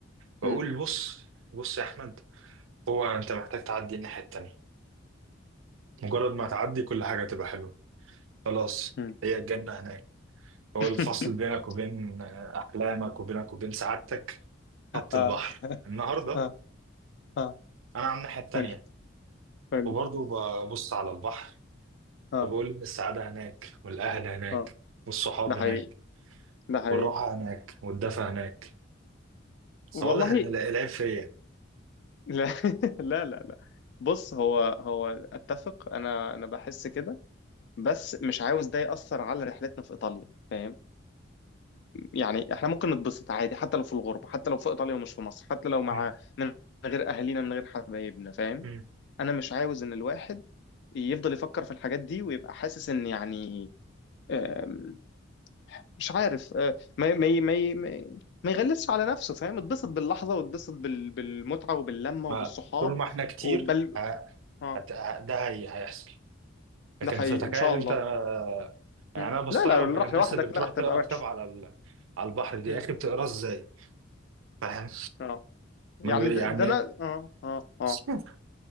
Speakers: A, on the right (about 75°); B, on the left (about 55°).
A: بقول
B: مم،
A: بص بص يا احمد هو انت محتاج تعدي الناحيه التانيه مجرد ما تعدي كل حاجة تبقى حلوة خلاص
B: مم.
A: هي الجنة هناك هو
B: <laughs>
A: الفصل بينك وبين آه، أحلامك وبينك وبين سعادتك خط
B: اه
A: البحر النهاردة
B: اه اه
A: أنا على الناحية التانية
B: قول قول
A: وبرضه ببص على البحر
B: اه
A: وبقول إن السعادة هناك والأهل هناك
B: اه
A: والصحاب
B: ده
A: هناك
B: حقيقي ده حقيقي
A: والراحة هناك والدفى هناك
B: والله
A: فواضح إن الع- العيب فيا
B: لا <laughs> لا لا لا بص هو هو اتفق انا انا بحس كده بس مش عاوز ده ياثر على رحلتنا في ايطاليا فاهم يعني احنا ممكن نتبسط عادي حتى لو في الغربه حتى لو في ايطاليا ومش في مصر حتى لو مع
A: مم.
B: من غير اهالينا من غير حبايبنا فاهم
A: مم.
B: انا مش عاوز ان الواحد يفضل يفكر في الحاجات دي ويبقى حاسس ان يعني آم، مش عارف آه، ما ما ما ما ما يغلسش على نفسه فاهم اتبسط باللحظه واتبسط بال- بالمتعه وباللمه
A: ما
B: وبالصحاب
A: طول ما إحنا كتير
B: وبال
A: ه-
B: اه
A: هت- ه- ده هي هيحصل
B: ده
A: لكن
B: حقيقي
A: تتخيل
B: ان شاء
A: انت
B: الله
A: آه، يعني
B: مم.
A: انا بستغرب
B: لا لا لو
A: من
B: راح
A: الناس
B: لوحدك
A: اللي بتروح
B: لا هتبقى
A: تقرا
B: وحش
A: كتاب على ال- على البحر دي
B: مم.
A: يا اخي بتقراه ازاي فاهم
B: اه يعني
A: ما بي-
B: ده,
A: يعني
B: ده انا اه اه اه
A: <laughs>